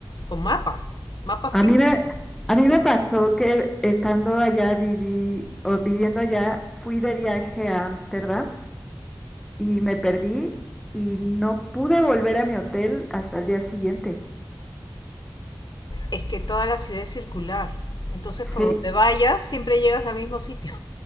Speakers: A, on the left; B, in the centre.
A: con mapas, mapas
B: a
A: físicos.
B: mí me, a mí me pasó que estando allá viví o viviendo allá, fui de viaje a Ámsterdam y me perdí y no pude volver a mi hotel hasta el día siguiente.
A: Es que toda la ciudad es circular, entonces por
B: Sí,
A: donde vayas siempre llegas al mismo sitio,